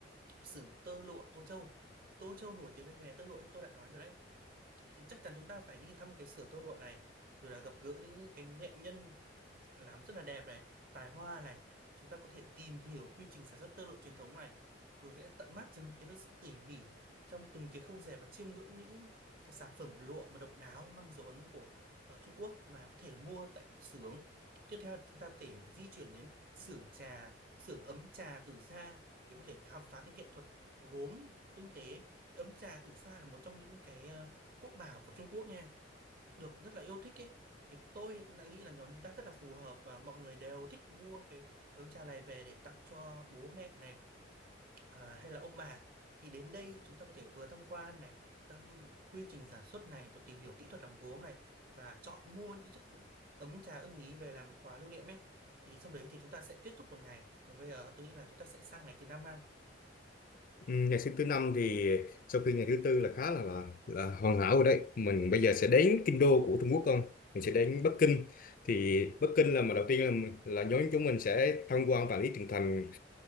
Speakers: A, on the right (about 50°); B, on the left (about 50°).
A: xưởng tơ lụa Tô Châu thì Tô Châu nổi tiếng với nghề tơ lụa như tôi đã nói rồi đấy thì chắc chắn chúng ta phải đi thăm cái xưởng tơ lụa này rồi là gặp gỡ những cái nghệ nhân làm rất là đẹp này tài hoa này chúng ta có thể tìm hiểu quy trình sản xuất tơ lụa truyền thống này rồi sẽ tận mắt chứng kiến được sự tỉ mỉ trong từng cái khâu dệt và chiêm ngưỡng những cái sản phẩm lụa mà độc đáo mang dấu ấn của ờ, Trung Quốc mà có thể mua tại xưởng tiếp theo chúng ta có thể di chuyển đến xưởng trà xưởng ấm trà tử sa để có thể khám phá cái nghệ thuật gốm tinh tế thì ấm trà tử sa là một trong những cái ờ, quốc bảo của Trung Quốc nha được rất là yêu thích ấy thì tôi cũng đã nghĩ là nhóm chúng ta rất là phù hợp và mọi người đều thích mua cái ấm trà này về để tặng cho bố mẹ này ờ, hay là ông bà thì đến đây chúng ta có thể vừa tham quan này các quy trình sản xuất này rồi tìm hiểu kỹ thuật làm gốm này và chọn mua những chiếc ấm trà ưng ý về làm quà lưu niệm ấy thì xong đấy thì chúng ta sẽ kết thúc một ngày và bây giờ tôi nghĩ là chúng ta sẽ sang ngày thứ năm ha
B: Ừm, ngày thứ thứ năm thì sau khi ngày thứ tư là khá là là, là hoàn hảo rồi đấy mình bây giờ sẽ đến kinh đô của Trung Quốc không mình sẽ đến Bắc Kinh thì Bắc Kinh là mà đầu tiên là là nhóm chúng mình sẽ tham quan vạn lý trường thành